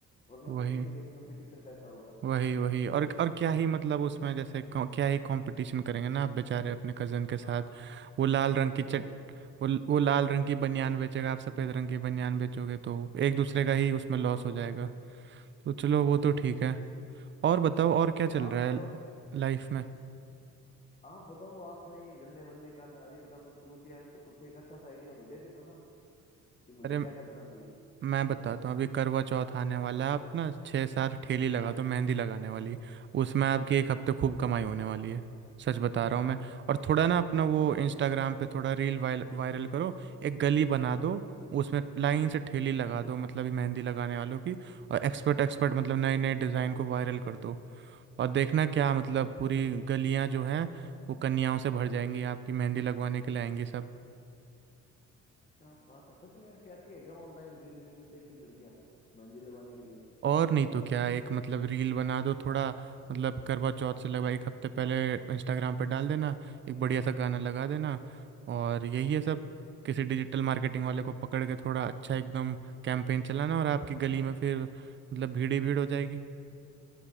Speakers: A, on the left (about 25°); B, on the right (about 40°).
A: वरना
B: वही
A: तो उसी के लिए कंपटीशन पैदा होगा
B: वही वही और और क्या ही मतलब उसमें जैसे कौ- क्या ही कंपटीशन करेंगे ना आप बेचारे अपने कजन के साथ
A: हाँ
B: वो लाल
A: कजन
B: रंग की चट
A: के साथ
B: वो वो लाल रंग की बनियान बेचेगा आप सफ़ेद रंग की बनियान बेचोगे तो एक दूसरे का ही उसमें लॉस
A: हाँ
B: हो जाएगा तो चलो वो
A: बिल्कुल
B: तो ठीक है और बताओ और क्या चल
A: आप
B: रहा
A: बताओ
B: है लाइफ में
A: आप बताओ आपने ये गन्ने वन्ने का नारियल का कुछ शुरू किया है तो कुछ एक अच्छा सा आइडिया मुझे भी दो ना कि मुझे
B: अरे
A: क्या करना चाहिए
B: मैं बताता हूँ अभी करवा चौथ आने वाला है आप ना छः सात ठेली लगा दो मेहंदी लगाने वाली उसमें आपकी एक हफ्ते खूब कमाई होने वाली है सच बता रहा हूँ मैं और थोड़ा ना अपना वो इंस्टाग्राम पे थोड़ा रील वायल वायरल करो एक गली बना दो उसमें लाइन से ठेली लगा दो मतलब ये मेहंदी लगाने वालों की और एक्सपर्ट एक्सपर्ट मतलब नए नए डिज़ाइन को वायरल कर दो और देखना क्या मतलब पूरी गलियाँ जो हैं वो कन्याओं से भर जाएंगी आपकी मेहंदी लगवाने के लिए आएंगी सब
A: क्या बात है सच में ऐसी आती है क्या ऑनलाइन रील वील देखी लड़कियां मेहंदी लगवाने के लिए
B: और नहीं तो क्या एक मतलब रील बना दो थोड़ा मतलब करवा चौथ से लगभग एक हफ्ते पहले इंस्टाग्राम पे डाल देना एक बढ़िया सा गाना लगा देना और यही है सब किसी डिजिटल मार्केटिंग वाले को पकड़ के थोड़ा अच्छा एकदम कैंपेन चलाना और आपकी गली में फिर मतलब भीड़ ही भीड़ हो जाएगी